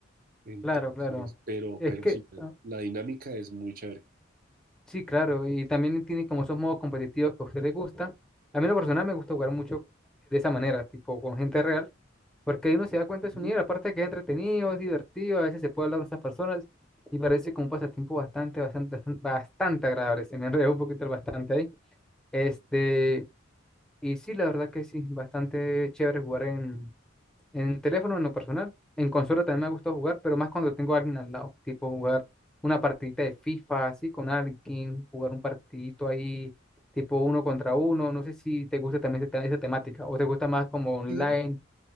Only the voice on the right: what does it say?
Entonces,
pero,
pero
sí,
la dinámica es muy chévere.
Ujú.
Sí,